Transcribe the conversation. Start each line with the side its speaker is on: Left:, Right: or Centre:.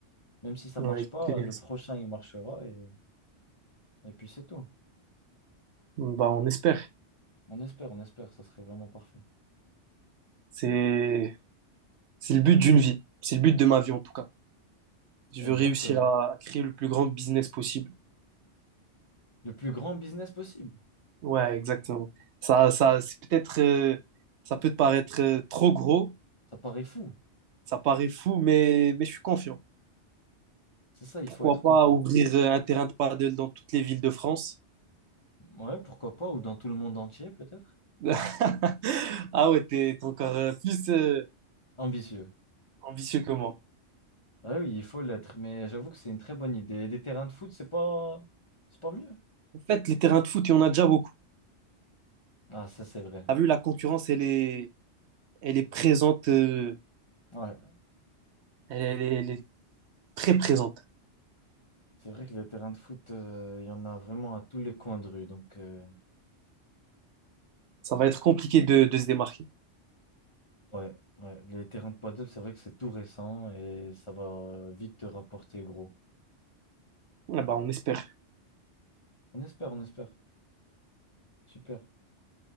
Left: Même si ça
Right: Ouais,
Left: marche pas,
Right: des risques.
Left: le prochain, il marchera et, et puis c'est tout.
Right: Bah, on espère.
Left: On espère, on espère, ça serait vraiment parfait.
Right: C'est, c'est le but d'une vie. C'est le but de ma vie, en tout cas. Je
Left: Exactement.
Right: veux réussir à, à créer le plus grand business possible.
Left: Le plus grand business possible.
Right: Ouais, exactement. Ça, ça, c'est peut-être, euh, ça peut te paraître euh, trop gros,
Left: Ça paraît fou.
Right: Ça paraît fou, mais, mais je suis confiant.
Left: C'est ça, il
Right: Pourquoi
Left: faut être confiant.
Right: pas ouvrir euh,
Left: Pourquoi
Right: un terrain de paddle dans toutes les villes de France?
Left: pas. Ouais, pourquoi pas, ou dans tout le monde entier, peut-être.
Right: <laughs> Ah ouais, t'es t'es encore euh, plus euh,
Left: Ambitieux.
Right: ambitieux que moi.
Left: Ah oui, il faut l'être, mais j'avoue que c'est une très bonne idée. Et des terrains de foot, c'est pas... c'est pas mieux.
Right: En fait, les terrains de foot, il y en a déjà beaucoup.
Left: Ah, ça, c'est vrai.
Right: T'as vu, la concurrence, elle est, elle est présente, euh,
Left: Ouais,
Right: elle, elle est, elle est très présente.
Left: c'est vrai que les terrains de foot, euh, il y en a vraiment à tous les coins de rue. Donc, euh,
Right: Ça va être compliqué de, de se démarquer.
Left: ouais, ouais, les terrains de paddle, c'est vrai que c'est tout récent et ça va vite te rapporter gros.
Right: Eh ben, on espère.
Left: On espère, on espère. Super.